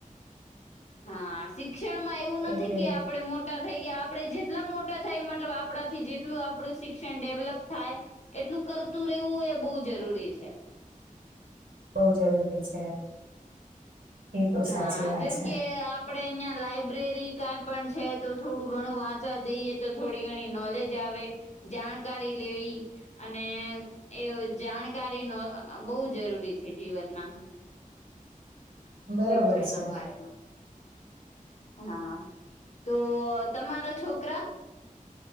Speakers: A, on the left; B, on the right.
A: હા શિક્ષણમાં એવું નથી
B: એટલે
A: કે આપણેે મોટા થઈ ગયા આપણે જે એટલા મોટા થાય મતલબ આપણાથી જેટલું આપણું શિક્ષણ ડેવલપ થાય એટલું કરતું રહેવું એ બહુ જરૂરી છે
B: બઉ જરૂરી છે. એ તો સાચી
A: હા
B: વાત
A: જેમ
B: છે.
A: કે આપડે અહિયાં લાઈબ્રેરી કઈ પણ છે તો થોડું ઘણું વાંચવા જઈએ તો થોડી ઘણી નોલેજ આવે જાણકારી લેવી અને એ જાણકારી નો બહુ જરૂરી છે જીવનમાં
B: બરાબર
A: શિક્ષણના
B: છે
A: બારેમાં હા તો તમારા છોકરા